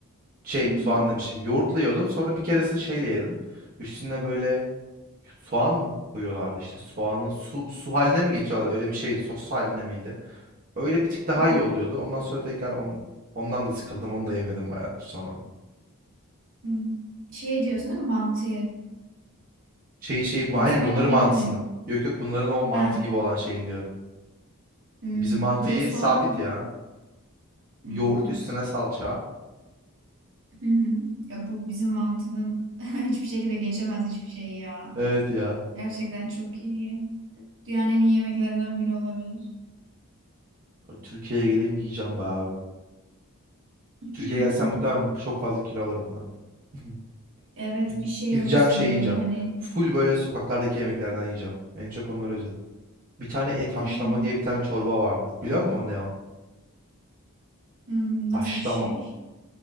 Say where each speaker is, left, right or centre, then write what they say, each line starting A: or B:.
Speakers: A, on the right; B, on the right.
A: Şey
B: Hı hı.
A: soğan demişim. Yoğurtla yiyordum. Sonra bir keresinde şeyle yedim. Üstüne böyle soğan koyuyorlardı işte. Soğanı su, su haline mi getiriyorlardı? Öyle bir şeydi. Sos haline miydi? Öyle bir tık daha
B: hı.
A: iyi oluyordu. Ondan sonra tekrar on, ondan da sıkıldım. Onu da yemedim bayağıdır sonra.
B: hmm. Şey diyorsun değil mi mantıyı?
A: Şeyi şeyi bu
B: Yoksa
A: aynı
B: menemeni
A: bunların mantısını.
B: mi?
A: Yok yok bunların o mantı
B: Ha,
A: gibi olan şeyin diyorum.
B: hmm,
A: Bizim mantıyı
B: böyle soğan...
A: sabit ya.
B: Hmm,
A: Yoğurt üstüne salça.
B: hı hı. Ya bu bizim mantının <laughs> hiçbir şekilde geçemez hiçbir şey ya.
A: Evet ya.
B: Gerçekten çok iyi. Dünyanın en iyi yemeklerinden biri olabilir.
A: Türkiye'ye geleyim yiyeceğim bayağı abi.
B: <laughs>
A: Türkiye'ye gelsem muhtemelen çok fazla kilo alırım ben. <laughs>
B: Evet
A: Gide-
B: bir şey
A: Gideceğim
B: olursun
A: şey yiyeceğim.
B: böyle hani
A: Full böyle sokaklardaki yemeklerden yiyeceğim. En çok onları özledim. Bir tane et haşlama
B: değil mi?
A: diye bir tane çorba vardı. Biliyor musun ne o?
B: Hmm, nasıl
A: Haşlama.
B: bir şey?